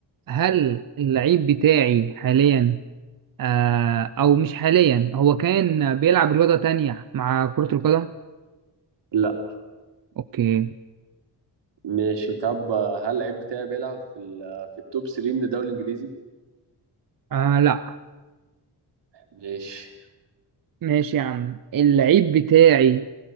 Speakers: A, on the right; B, on the right.
A: هل اللعيب بتاعي حاليا آه او مش حاليا هو كان بيلعب رياضة تانية مع كرة القدم
B: لا
A: اوكي
B: ماشي طب آه، هل اللعيب بتاعي بيلعب في ال- آه، في التوب 3 من الدوري الانجليزي
A: آه لا
B: ماشي
A: ماشي يا عم اللعيب بتاعي